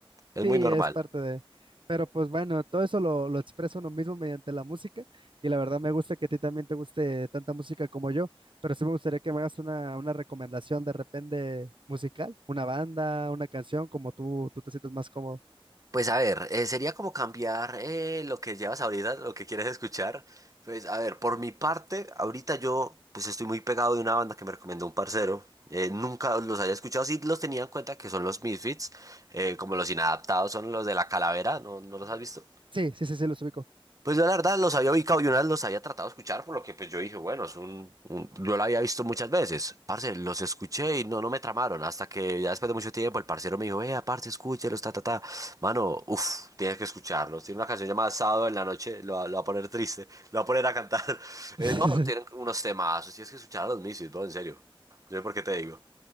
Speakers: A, on the right; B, on the right.
A: es
B: Sí,
A: muy normal.
B: es parte de... Pero pues bueno, todo eso lo, lo expresa uno mismo mediante la música y la verdad me gusta que a ti también te guste tanta música como yo, pero sí me gustaría que me hagas una, una recomendación de repente musical, una banda, una canción, como tú, tú te sientes más cómodo.
A: Pues a ver, eh, sería como cambiar eh, lo que llevas ahorita, lo que quieres escuchar. Pues a ver, por mi parte, ahorita yo pues estoy muy pegado de una banda que me recomendó un parcero. Eh, nunca los había escuchado, sí los tenía en cuenta que son los Misfits, eh, como los inadaptados son los de la calavera, ¿no, no los has visto?
B: Sí, sí, sí, sí, los ubico.
A: Pues yo la verdad los había ubicado y una vez los había tratado de escuchar, por lo que pues yo dije, bueno, es un, un- yo lo había visto muchas veces. Parce, los escuché y no, no me tramaron, hasta que ya después de mucho tiempo el parcero me dijo, vea, parce, escúchelos, ta, ta, ta. Mano, uff, tienes que escucharlos. Tiene una canción llamada Sábado en la noche, lo, va lo va a poner triste, lo va a poner a cantar. <laughs>
B: <laughs>
A: Eh, no, tienen unos temazos, tienes que escuchar a los Misis, bro, en serio. Yo sé por qué te digo.